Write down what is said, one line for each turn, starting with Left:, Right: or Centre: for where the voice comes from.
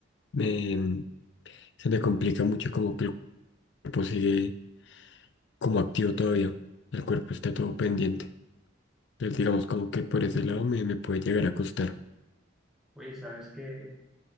Left: em, se me complica mucho como que el cuerpo sigue como activo todavía. El cuerpo está todo pendiente. Entonces, digamos, como que por ese lado me, me puede llegar a costar.
Centre: Oye, ¿sabes qué?